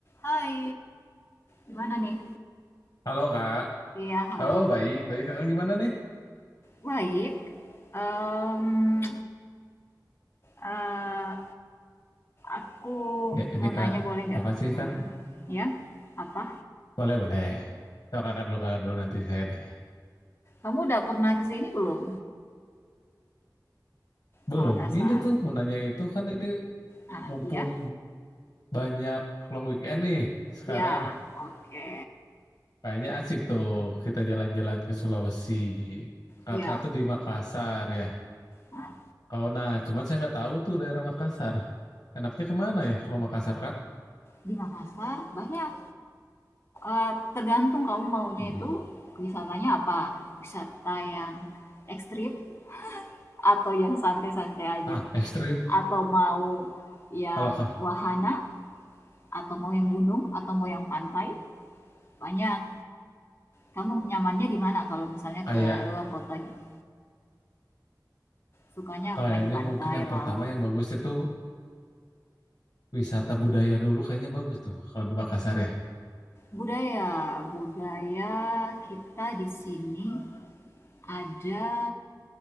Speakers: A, on the left; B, on the left.
A: Hai, gimana nih?
B: Halo Kak.
A: Iya, halo.
B: Oh baik, baik Kakak gimana nih?
A: Baik. Em, eh, aku
B: Ya, ini
A: mau nanya
B: Kak,
A: boleh nggak?
B: apa sih
A: Hmm,
B: kan?
A: ya, apa?
B: Boleh, boleh. So, kakak dulu, kakak dulu nanti saya deh.
A: Kamu udah pernah ke sini belum?
B: Belum,
A: Ke Makassar.
B: ini tuh mau nanya itu kan ini
A: Ah,
B: mumpung
A: iya.
B: banyak long weekend nih sekarang.
A: Ya, oke.
B: Kayaknya asik tuh kita jalan-jalan ke Sulawesi. Kakak
A: Ya.
B: tuh di Makassar ya.
A: Nah,
B: Oh nah, cuman saya nggak tahu tuh daerah Makassar. Enaknya kemana ya kalau Makassar, Kak?
A: di Makassar banyak. Eh, tergantung kamu maunya
B: Mm-mm.
A: itu wisatanya apa? Wisata yang ekstrim atau yang santai-santai aja?
B: Ah, ekstrim.
A: atau mau yang
B: Kalau kak,
A: wahana atau mau yang gunung atau mau yang pantai banyak kamu nyamannya di mana kalau misalnya
B: kayak
A: ke luar kota gitu sukanya
B: kayaknya
A: main di pantai
B: mungkin yang
A: laut
B: pertama yang bagusnya tuh Wisata budaya dulu kayaknya bagus tuh kalau di Makassar ya.
A: budaya budaya kita di sini ada